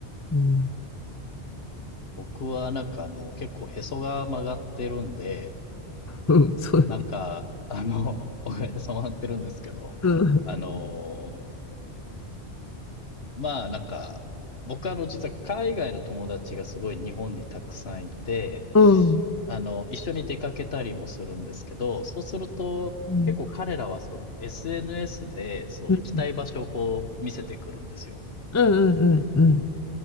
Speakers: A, on the left; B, on the left.
A: うん。
B: 僕はなんかあの、結構へそが曲がってるんで、
A: うん、そうだね。
B: なんか、あの、<laughs> 僕はへそ曲がってるんですけど、
A: うん。
B: あの、まあなんか、僕はあの、実は海外の友達がすごい日本にたくさんいて、
A: うん。
B: あの、一緒に出かけたりもするんですけど、そうすると、
A: うん。
B: 結構彼らはその SNS で、そう、
A: うん。
B: 行きたい場所をこう見せてくるんですよ。
A: うん。うん。うん。うん。